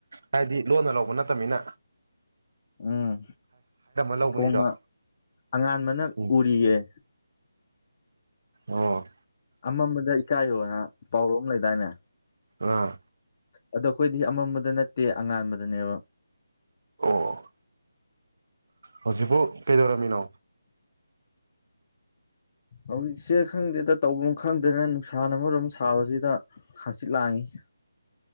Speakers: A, on the right; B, on the left.
A: ꯍꯥꯏꯗꯤ ꯂꯣꯟꯅ ꯂꯧꯕ ꯅꯠꯇꯅꯤꯅ
B: ꯎꯝ
A: ꯂꯧꯕꯅꯤꯗꯣ
B: ꯐꯣꯡꯅ ꯑꯉꯥꯟꯕꯅ
A: ꯎꯝ
B: ꯎꯔꯤꯌꯦꯦ
A: ꯑꯣꯝ
B: ꯑꯃꯝꯕꯗ ꯏꯀꯥꯏꯌꯣꯅ ꯄꯥꯎꯔꯛꯑ ꯑꯃ ꯂꯩꯗꯥꯏꯅꯦ
A: ꯑꯥ
B: ꯑꯗꯣ ꯑꯩꯈꯣꯏꯗꯤ ꯑꯃꯝꯕꯗ ꯅꯠꯇꯦ ꯑꯉꯥꯟꯕꯗꯅꯦꯕ
A: ꯑꯣ ꯍꯧꯖꯤꯛꯄꯨ ꯀꯩꯗꯧꯔꯝꯃꯤꯅꯣ
B: ꯍꯧꯖꯤꯛꯁꯦ ꯈꯪꯗꯦꯗ ꯇꯧꯐꯝ ꯈꯪꯗꯗꯅ ꯅꯨꯡꯁꯥ ꯑꯃꯔꯣꯝ ꯁꯥꯕꯁꯤꯗ ꯍꯥꯡꯆꯤꯠ ꯂꯥꯡꯏꯤ